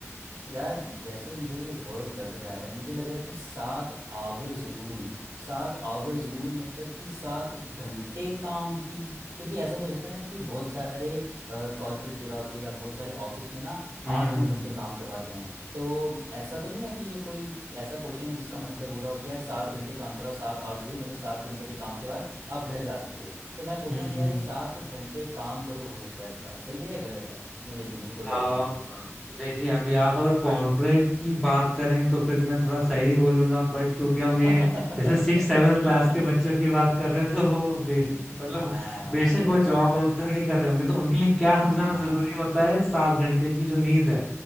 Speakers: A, on the right (about 80°); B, in the centre.
A: यार जैसे मुझे ये वर्ड लग रहा है मुझे लग रहा है कि सात आवर्स रूल सात आवर्स रूल मतलब कि सात घंटे काम की क्योंकि ऐसा भी हो सकता है ना कि बहुत सारे कॉर्पोरेट जगह पे या बहुत सारे ऑफिस में ना
B: हम्म
A: आठ नौ घंटे काम करवाते हैं तो ऐसा तो नहीं है कि ये कोई ऐसा क्वेश्चन है जिसका मतलब हो रहा हो कि यार सात घंटे काम कराओ सात आवर्स रूल मतलब सात घंटे के काम के बाद आप घर जा सकते हो तो मैं सोच
B: हम्म
A: रहा हूँ कि यार ये सात घंटे काम करो हो सकता है इसका सही है या गलत है मुझे नहीं मुझे कोई
B: आप
A: आइडिया नहीं है इसके बारे में
B: देखिए अभी आप अगर कॉर्पोरेट की बात करें तो फिर मैं थोड़ा सही बोलूंगा बट क्योंकि हम
A: <laughs>
B: ये जैसे सिक्स सेवन क्लास के बच्चों की बात कर रहे हैं तो वो बेश मतलब
A: हाँ
B: बेशक
A: ये
B: वो
A: तो है
B: जॉब वॉब तो नहीं कर रहे होंगे तो उनके लिए क्या सबसे ज्यादा
A: हाँ
B: जरूरी होता है सात घंटे की जो नींद है